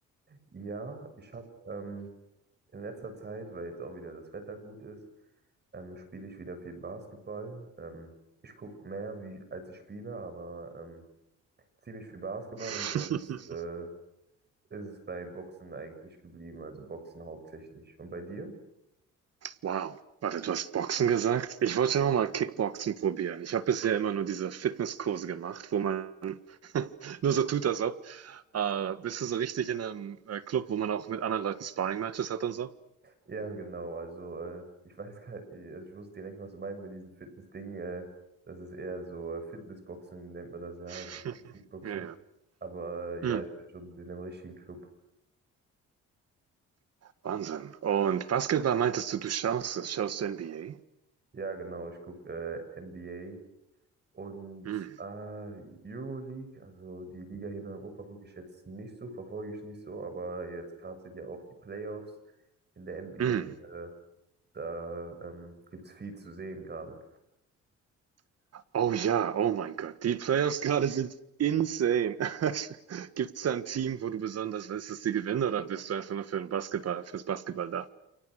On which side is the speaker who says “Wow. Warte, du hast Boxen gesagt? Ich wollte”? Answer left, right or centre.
Right